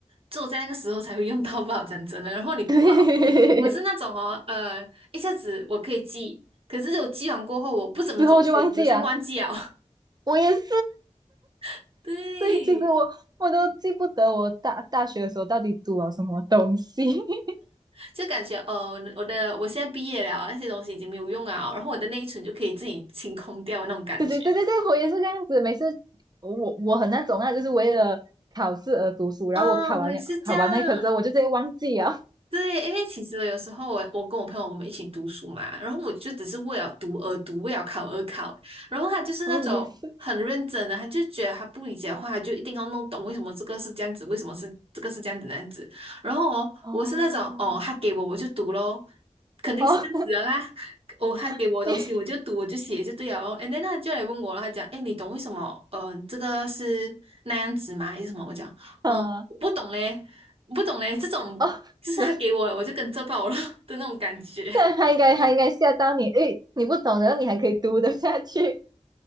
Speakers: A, on the right; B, on the right.
A: 只有在那个时候才会用到不吧，讲真的。然后你过好过，
B: <laughs> 对，
A: 我是那种哦，呃，一下子我可以记，可是我记完过后我不怎么走心，
B: 之后就忘记啊，
A: 我就会忘记了。
B: 我也是，
A: <laughs> 对。
B: 对，以其实我我都记不得我大大学的时候到底读了什么东西。<laughs>
A: 就感觉哦，我的我现在毕业了，那些东西已经没有用啊，然后我的内存就可以自己清空掉那种感觉。
B: 对对对对对，我也是这样子。每次我我很那种啊，就是为了考试而读书，然后我考完了考完那一科之后，
A: 啊，我也是这样。
B: 我就直接忘记啊。<laughs>
A: 对，因为其实有时候我我跟我朋友我们一起读书嘛，然后我就只是为了读而读，为了考而考，然后他就是那种很认真的，
B: 哦，我也是。
A: 他就觉得他不理解的话，他就一定要弄懂为什么这个是这样子，为什么是这个是这样子那样子。然后哦，
B: 哦
A: 我是那种哦，他给我我就读咯，肯定是这样子的啦。
B: 哦，
A: 哦，他给我的东西我就读我就写就对了咯。
B: <laughs> 你
A: And then 他就来问我了，他讲，哎，你懂为什么？嗯、这个是那样子吗？还是什么？我讲，
B: 啊
A: 嗯，我不懂嘞。我不懂嘞，这种就是他给我了我就跟着跑了的那种感觉。
B: 哦，那但他应该他应该吓到你，诶，你不懂，然后你还可以读得下去，